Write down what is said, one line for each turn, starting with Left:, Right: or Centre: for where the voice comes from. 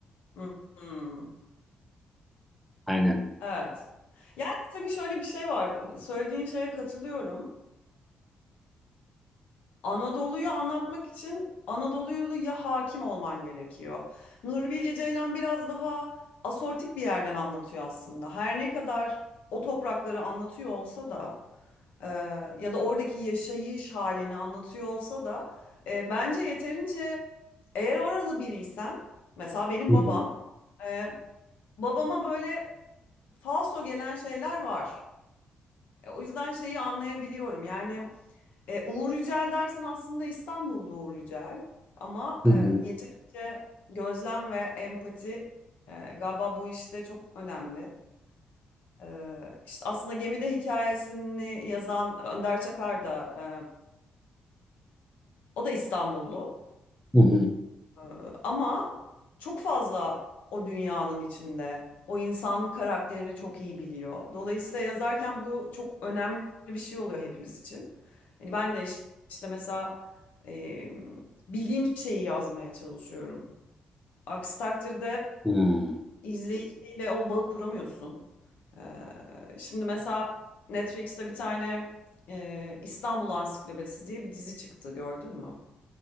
Left: Hmm, hmm.
Centre: Aynen.
Left: Evet. Yani tabii şöyle bir şey var. Söylediğin şeye katılıyorum. Anadolu'yu anlatmak için Anadolu'ya hakim olman gerekiyor. Nuri Bilge Ceylan biraz daha asortik bir yerden anlatıyor aslında. Her ne kadar o toprakları anlatıyor olsa da e, ya da oradaki yaşayış halini anlatıyor olsa da e, bence yeterince eğer oralı biriysen mesela benim
Centre: Hı
Left: babam
Centre: hı.
Left: e, babama böyle falso gelen şeyler var. E, o yüzden şeyi anlayabiliyorum yani e, Uğur Yücel dersen aslında İstanbullu Uğur Yücel ama
Centre: Hı
Left: e,
Centre: hı.
Left: yeterince gözlem ve empati e, galiba bu işte çok önemli. E, işte aslında Gemide hikayesini yazan Önder Çakar da e, o da İstanbullu.
Centre: Hı hı.
Left: Ee, Ama çok fazla o dünyanın içinde. O insan karakterini çok iyi biliyor. Dolayısıyla yazarken bu çok önemli bir şey oluyor hepimiz için. Hani ben de iş- işte mesela e, bildiğim şeyi yazmaya çalışıyorum. Aksi takdirde
Centre: Hı.
Left: izleyiciyle o bağı kuramıyorsun. E, şimdi mesela Netflix'te bir tane e, İstanbul Ansiklopedisi diye bir dizi çıktı gördün mü?